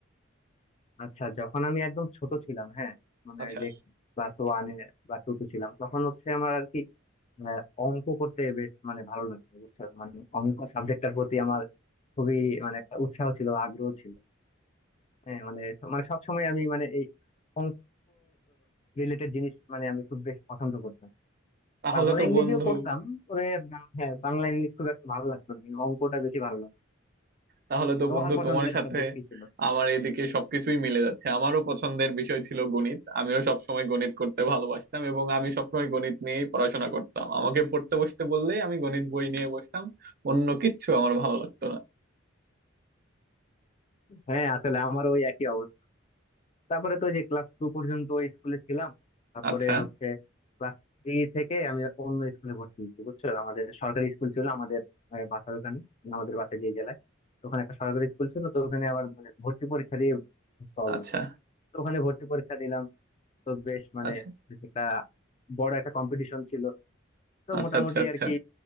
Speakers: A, on the left; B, on the right.
A: আচ্ছা যখন আমি একদম ছোট ছিলাম হ্যাঁ মানে
B: আচ্ছা
A: এই যে ক্লাস ওয়ানে বা টু তে ছিলাম তখন হচ্ছে আমার আর কি আহ, অঙ্ক করতে বেশ মানে ভালো লাগতো বুঝছো মানে অঙ্ক সাবজেক্টটার প্রতি আমার খুবই মানে একটা উৎসাহ ছিল আগ্রহ ছিল হ্যাঁ মানে মানে সব সময় আমি মানে এই অঙ্ক রিলেটেড জিনিস মানে আমি খুব বেশ পছন্দ করতাম
B: তাহলে
A: বাংলা
B: তো
A: ইংরেজিও
B: বন্ধু
A: পড়তাম তবে বাং- হ্যাঁ বাংলা ইংলিশ খুব একটা ভালো লাগতো না কিন্তু অঙ্কটা বেশি ভালো লাগতো
B: তাহলে তো
A: তোমার
B: বন্ধু
A: পছন্দের
B: তোমার সাথে
A: সাবজেক্ট কি ছিল
B: আমার এদিকে সবকিছুই মিলে যাচ্ছে আমারও পছন্দের বিষয় ছিল গণিত আমিও সবসময় গণিত করতে ভালোবাসতাম এবং আমি সবসময় গণিত নিয়েই পড়াশোনা করতাম আমাকে পড়তে বসতে বললেই আমি গণিত বই নিয়ে বসতাম অন্য কিচ্ছু আমার ভালো লাগতো না
A: হ্যাঁ আসলে আমার ওই একই অবস্থা তারপরে তো ওই যে ক্লাস টু পর্যন্ত ওই স্কুলে ছিলাম তারপরে
B: আচ্ছা
A: হচ্ছে ক্লাস থ্রি থেকে আমি অন্য স্কুলে ভর্তি হয়েছি বুঝছো আমাদের সরকারি স্কুল ছিল আমাদের আহ, বাসার ওখানে আমাদের বাসায় যে জেলায় তো ওখানে একটা সরকারি স্কুল ছিল তো ওখানে আবার মানে ভর্তি পরীক্ষা দিয়ে পাওয়া
B: আচ্ছা
A: তো ওখানে ভর্তি পরীক্ষা দিলাম তো বেশ মানে
B: আচ্ছা
A: বেশ একটা বড় একটা কম্পিটিশন ছিল তো
B: আচ্ছা
A: মোটামুটি
B: আচ্ছা আচ্ছা
A: আর কি